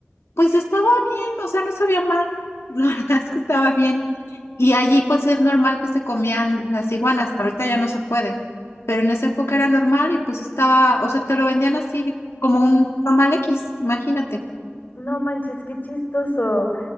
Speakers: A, on the left; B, on the left.
A: Pues estaba bien, o sea, no sabía mal. <laughs> La verdad es que estaba bien. Y allí pues es normal que se comían las iguanas. Ahorita ya no se puede. Pero en esa época era normal y pues estaba, o sea, te lo vendían así como un tamal X, imagínate.
B: No manches, qué chistoso.